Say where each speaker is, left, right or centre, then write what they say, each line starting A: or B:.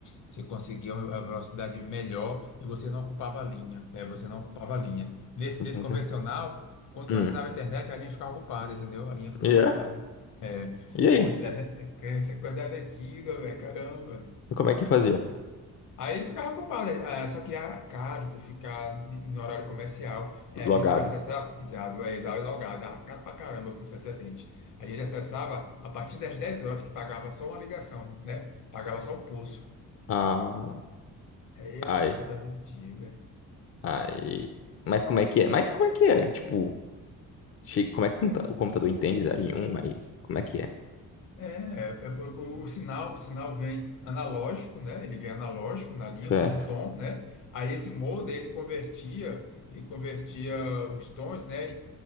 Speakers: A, on the left; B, on the left.
A: você conseguia a velocidade melhor e você não ocupava a linha. É, você não ocupava a linha. Nesse,
B: Entendeu?
A: nesse convencional, quando
B: Hum.
A: tu acessava a internet, a linha ficava ocupada, entendeu? A linha ficava
B: E
A: ocupada.
B: é?
A: É,
B: E aí?
A: pô, isso das, an- é, isso é coisa das antigas, velho, caramba.
B: Como é que fazia?
A: Aí ele ficava culpado, né? Ah, só que era caro tu ficar de- no horário comercial. É,
B: Logado.
A: a gente acessava, exato, é, exato, e logado, dava caro pra caramba o processo atendente. A gente acessava a partir das 10 horas, que pagava só uma ligação, né? Pagava só o pulso.
B: Ah.
A: É, é
B: ai.
A: pra coisa das antigas.
B: Aí. Mas como é que é? Mas como é que é? Tipo, che- como é que o computa- o computador entende zero em um Aí, como é que é?
A: É, é, é, o, o- o sinal, o sinal vem analógico, né? Ele vem analógico na linha
B: Certo.
A: como um tom, né? Aí esse modem ele convertia, ele convertia os tons, né,